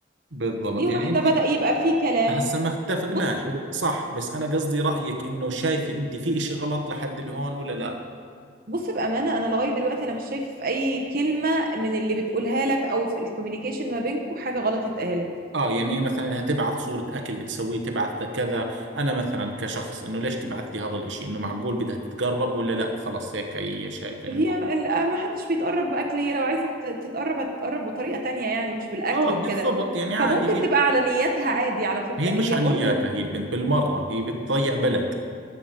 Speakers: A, on the right; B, on the right.
A: بالضبط
B: دي واحدة
A: يعني انت
B: بدأ يبقى في كلام
A: هسه ما اتفقناش
B: بص
A: صح بس انا قصدي رأيك انه شايفة انت في اشي غلط لحد الهون ولا لا
B: بص بأمانة أنا لغاية دلوقتي أنا مش شايفة في أي كلمة من اللي بتقولها لك أو في الكوميونيكيشن ما بينكم حاجة غلط اتقالت
A: اه يعني مثلا انها تبعث صورة اكل بتسويه تبعث لكذا انا مثلا كشخص انه ليش تبعث لي هذا الاشي انه معقول بدها تتقرب ولا لا خلاص هيك هي شايفة
B: هي
A: انه
B: ال- ما حدش بيتقرب باكل هي لو عايزه ت- تتقرب هتتقرب بطريقه تانية يعني مش بالاكل
A: اه بالضبط
B: وكده
A: يعني عادي
B: فممكن تبقى
A: هي
B: على نيتها عادي على فكره
A: هي مش
B: هي
A: عنياتها
B: برضو
A: هي البنت بالمرة هي بتضيع بلد